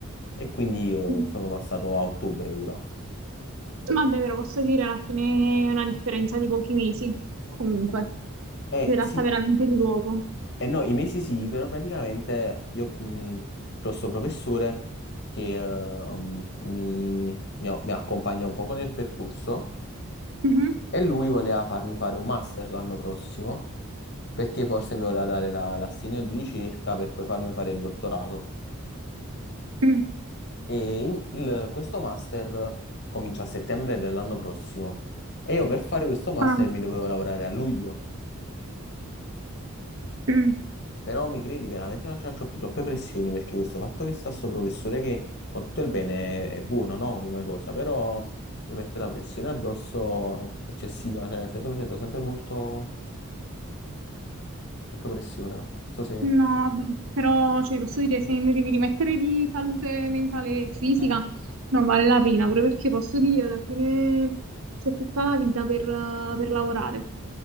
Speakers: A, on the left; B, on the right.
A: e quindi io
B: Mm.
A: sono passato a ottobre ora.
B: Vabbè, però posso dire alla fine è una differenza di pochi mesi, comunque.
A: Eh
B: Si tratta
A: sì,
B: veramente di poco.
A: eh, no, i mesi sì, però praticamente io mh, ho questo professore che ehm, mi, mi a- mi accompagna un poco nel percorso
B: Mhm.
A: e lui voleva farmi fare un master l'anno prossimo perché forse mi voleva dare la- l'assegno di ricerca per poi farmi fare il dottorato.
B: Mm.
A: E il- il- questo master comincia a settembre dell'anno prossimo e io per fare questo master
B: Ah,
A: mi dovevo lavorare a luglio.
B: mm.
A: Però mi credi, veramente non ci faccio più troppe pressioni perché questo fatto che sta sto professore che con tutto il bene è buono, no? Come cosa, però mi mette una pressione addosso eccessiva, cioè nel senso mi sento sempre molto sotto pressione. Non so se...
B: No, vabbè, però cioè, posso dire, se ne devi rimettere di salute mentale e fisica,
A: Mm.
B: non vale la pena, pure perché posso dire, alla fine c'è tutta la vita per, eh, per lavorare.